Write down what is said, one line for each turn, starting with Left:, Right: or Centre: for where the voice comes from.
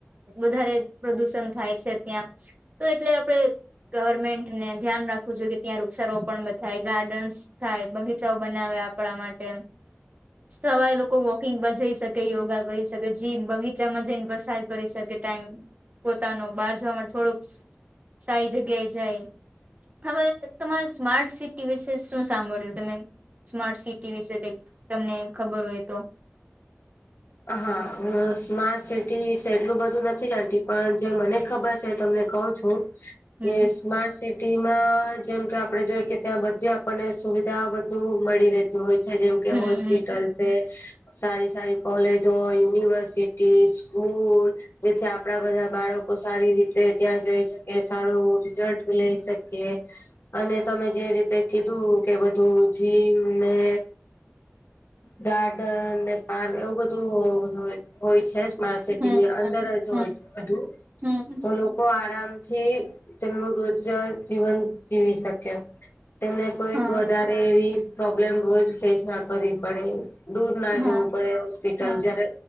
Right: વધારે પ્રદુષણ થાય છે ત્યાં તો એટલે આપડે ગવર્મેન્ટ ને ધ્યાન રાખવું જોઈએ કે ત્યાં વૃક્ષારોપણ થાય ગાર્ડન્સ થાય બગીચાઓ બનાવે આપણા માટે સવારે લોકો વોકિંગ પર જઈ શકે યોગા કરી શકે જીમ બગીચામાં જઈને <unintelligible> કરી શકે ટાઈમ પોતાનો બહાર જવા માટે થોડુંક સારી જગ્યાએ જાય. હવે તમાર સ્માર્ટ સિટી વિશે શું સાંભળ્યું તમે? સ્માર્ટ સિટી વિશે તમને ખબર હોય તો
Left: હા હું સ્માર્ટ સિટી એટલું બધું નથી જતી પણ જે મને ખબર છે તમને કઉ
Right: હમ
Left: <unintelligible> સ્માર્ટ સિટી માં જેમ કે આપડે જોઈ કે ત્યાં બધે આપણને સુવિધા બધું મળી રે તીહોય છે જેમ કે
Right: હમ
Left: હોસ્પિટલ છે સારી સારી કોલેજો, યુનિવર્સિટી, સ્કૂલ જેથી આપડા બધા બાળકો સારી રીતે ત્યાં જઈ શકે સારું રિઝલ્ટ લઈ શકે. અને તમે જે રીતે કીધું કે બધું જીમ ને ગાર્ડન ને પાર્ક એવું બધું હો હોય છે સ્માર્ટ સિટીની
Right: હમ
Left: અંદર જ
Right: હમ
Left: હોય છે બધું
Right: હમ હમ હમ
Left: તો લોકો આરામથી તેમનું રોજ જ જીવન જીવી શકે તેમને કોઈક
Right: હા
Left: વધારે એવી પ્રોબ્લેમ રોજ ફેસ ના કરવી પડે દૂર ના
Right: હા
Left: જોવું પડે હોસ્પિટલ
Right: હા
Left: જયારે